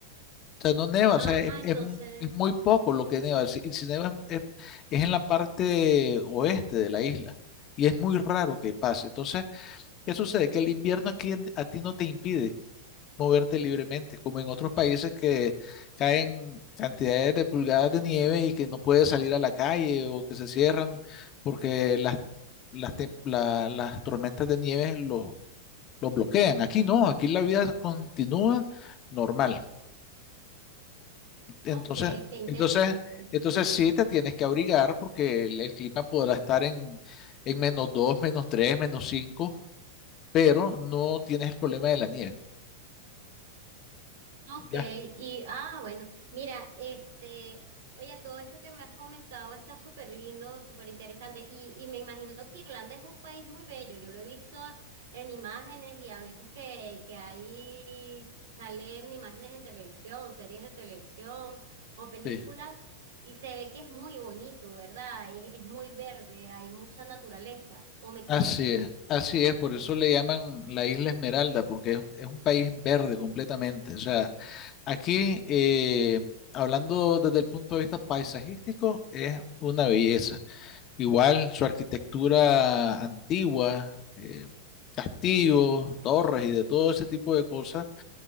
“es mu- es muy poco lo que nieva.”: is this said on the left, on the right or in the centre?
Left